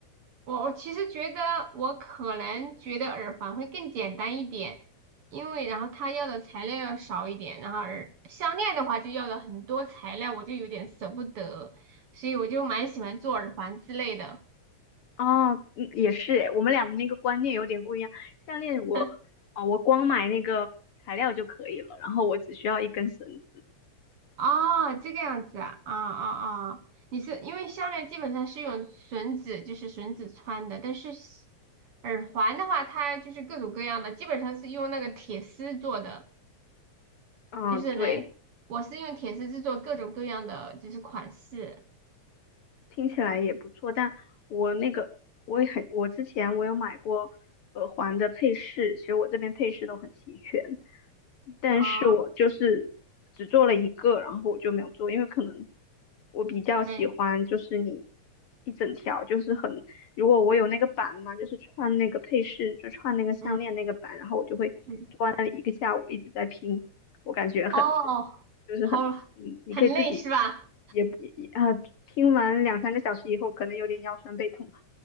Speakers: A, on the right (about 60°); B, on the left (about 60°).
A: 我我其实觉得我可能觉得耳环会更简单一点，因为然后它要的材料要少一点，然后耳项链的话就要了很多材料，我就有点舍不得，所以我就蛮喜欢做耳环之类的。
B: 哦，嗯，也是诶我们俩的那个观念有点不一样。项链我，
A: <laughs>
B: 啊，我光买那个材料就可以了，然后我只需要一根绳子
A: 哦，这个样子啊，啊啊啊！你是因为项链基本上是用绳子，就是绳子穿的，但是耳环的话，它就是各种各样的，基本上是用那个铁丝做的。
B: 嗯，
A: 就是能，
B: 对。
A: 我是用铁丝制作各种各样的就是款式
B: 听起来也不错，但我那个我也很，我之前我有买过耳环的配饰，其实我这边配饰都很齐全，但是我就是只做了一个，
A: 啊，
B: 然后我就没有做，因为可能我比较喜欢就是你
A: 没，
B: 一整条，就是很，如果我有那个板嘛，就是串那个配饰，就串那个项链那个板，
A: 嗯
B: 然后我就会坐在那里一个下午一直在拼，
A: 嗯，
B: 我感觉很。
A: 哦，
B: 就是很，
A: 好，
B: 嗯，你可以自己
A: 很累是吧？
B: 也也啊，听完两三个小时以后，可能有点腰酸背痛吧。